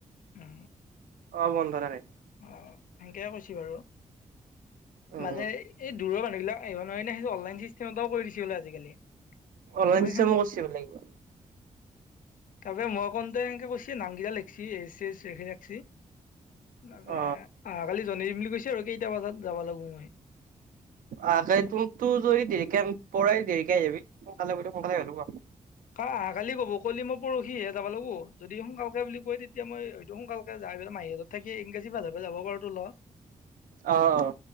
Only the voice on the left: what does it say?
উম
অ সেনেকে কৈছ বাৰু।
মানে এই দূৰ মানুহবিলাক আহিব নোৱাৰিলে সেই অনলাইন চিষ্টেম এটাও কৰি দিছে বুলে আজিকালি।
মই
সেন
তাৰ পৰা মই কনকতে এনেকে কৈছে নামকেইটা লিখিছ এচি- তাৰ
অহা কালি জনাই দিম বুলি কৈছে আৰু কেইটা বজাত যাবা লাগো মই।
কাহ অহাকালি ক'ব ক'লি মই পৰহিহে যাব লাগো যদি সোনকালকে বুলি কয় তেতিয়া মই হয়েইটো সোনকাল- যাই পেলাই মাহিৰহঁত থাকি ইংৰাজী ভাৰ পৰা যাব পাৰো তো ল'ৰা।